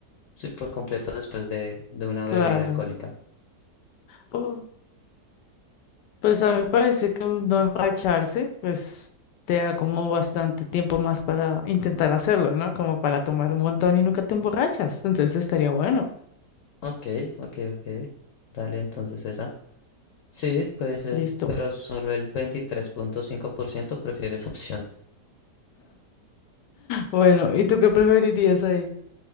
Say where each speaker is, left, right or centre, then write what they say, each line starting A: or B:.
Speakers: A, on the left; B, on the left.
A: Sí, por completo después de, de una
B: claro.
A: bebida alcohólica.
B: Pu- Pues a mí me parece que no emborracharse, pues te da como bastante tiempo más para intentar hacerlo, ¿no? Como para tomar un montón y nunca te emborrachas. Entonces estaría bueno.
A: Ok, ok, ok. Dale entonces esa. Sí, puede ser,
B: Listo.
A: pero solo el veintitrés punto cinco por ciento prefiere esa <laughs> opción.
B: Bueno, ¿y tú qué preferirías ahí?